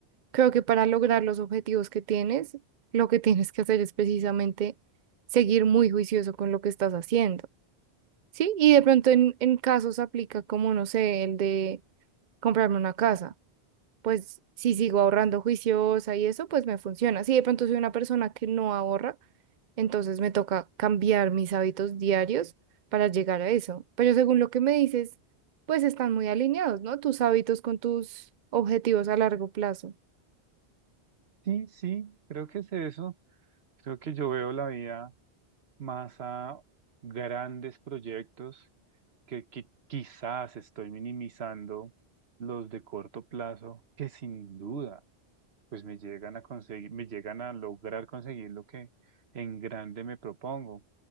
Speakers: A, on the right (about 55°); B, on the right (about 70°).
A: creo que para lograr los objetivos que tienes, lo que <laughs> tienes que hacer es precisamente seguir muy juicioso con lo que estás haciendo, ¿sí? Y de pronto en, en casos aplica como, no sé, el de comprarme una casa. Pues si sigo ahorrando juiciosa y eso, pues me funciona. Si de pronto soy una persona que no ahorra entonces me toca cambiar mis hábitos diarios para llegar a eso. Pero según lo que me dices, pues están muy alineados, ¿no? Tus hábitos con tus objetivos a largo plazo.
B: Sí, sí, creo que es eso. Creo que yo veo la vida más a grandes proyectos que, qui- quizás estoy minimizando los de corto plazo, que sin duda pues me llegan a conseguir, me llegan a lograr conseguir lo que en grande me propongo.